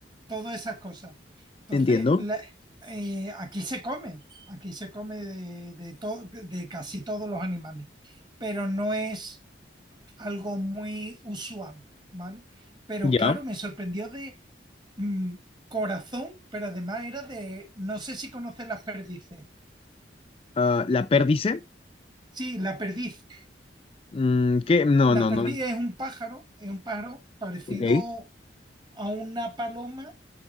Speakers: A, on the right; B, on the left.
A: todas esas cosas. Entonces,
B: entiendo.
A: la- eh, aquí se come, aquí se come de, de, to- de casi todos los animales, pero no es algo muy usual, ¿vale? Pero
B: Ya.
A: claro, me sorprendió de mm, corazón, pero además era de, no sé si conoces las perdices.
B: Ah, ¿la perdice?
A: Sí, la perdiz
B: Mm, ¿qué? No,
A: La
B: no,
A: perdida
B: no.
A: es un pájaro, es un pájaro parecido
B: Ok,
A: a una paloma,